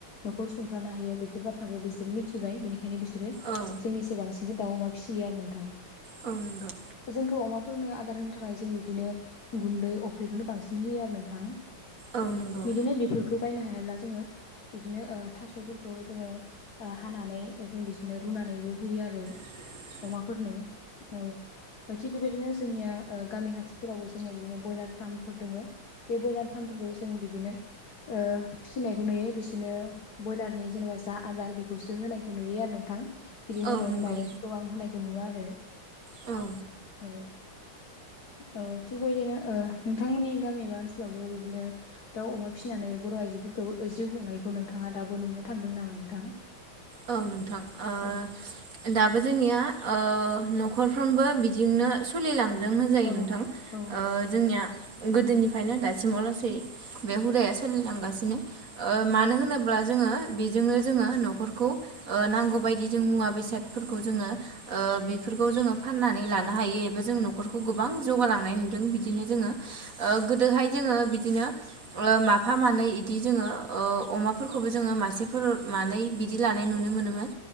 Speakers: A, on the left (about 50°); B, on the right (about 45°).
A: न'खर सुंथानो हायो बेफोर बाथ्राखौ बिसोरो मिथिबाय बिनि खायनो बिसोरो
B: औ
A: जोंनिसाय बांसिनसो दाउ अमा फिसियो आरो नोंथाङा
B: औ नंगौ
A: जों थ' अमाफोरनो आदार होनो थाखाय जोङो बिदिनो गुन्दै अफ्रिखौनो बांसिन होयो आरो नोंथां।
B: औ नंगौ
A: बिदिनो बेफोरखौ बायनो हायाब्ला जोङो बिदिनो ओ थास'फोरखौ जोङो ओ हानानै जों बिदिनो रुना नैबो होयो आरो।
B: <inaudible>
A: अमाफोरनो औ। ओ थिग बेबायदिनो जोंनिया ओ गामि खाथिफोरावबो जोंनिया बिदिनो ब्रयलार फार्मफोर दङो बे ब्रयलार फार्म फोरखौ जों बिदिनो ओ फिसिनायखौ नुयो बिसोरनो ब्रयलारनि जेनेबा जा आदार बे खौसो होनायखौ नुयो आरो नोंथां बिदिनो
B: औ
A: न'नि
B: नंगौ
A: माइरंफोरखौ आं होनायखौ नुवा आरो।
B: औ
A: औ ओ थिग बेबादिनो नोंथांमोननि गामि एबा ओनसोलावबो बिदिनो दाउ अमा फिसिनानै बर' आइजोफोरखौ ओ जिउ खुंनायखौ नोंथाङा दाबो नुनो थांदों नामा नोंथां?
B: औ नोंथां ओ
A: औ
B: दाबो जोंनिया ओ नखरफ्रोमबो बिदिनो सोलिलांदों होनजायो
A: औ
B: नोंथां ओ
A: औ
B: जोंनिया गोदोनिफ्रायनो दासिमाव लासै बे हुदाया सोलिलांगासिनो ओ मानो होनोब्ला ओ जोंङो बेजोंनो जोंङो नखरखौ ओ नांगौ बायदि जों मुवा बेसादफोरखौ जोंङो ओ बेफोरखौ जोंङो फाननानै लानो हायो एफोर जों नखरखौ गोबां जौगालांनाय नुदों बिदिनो जोंङो ओ गोदोहाय जोंङो बिदिनो ओ माफा मानै बिदि जोंङो ओ अमाफोरखौबो जोंङो मासेफोर मानै बिदि लानाय नुनो मोनोमोन